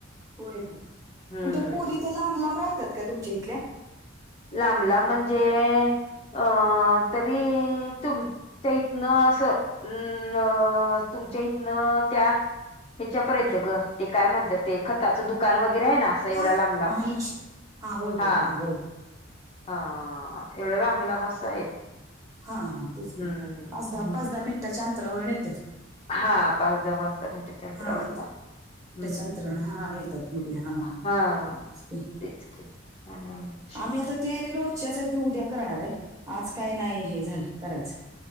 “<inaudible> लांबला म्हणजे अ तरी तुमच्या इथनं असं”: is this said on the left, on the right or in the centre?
Left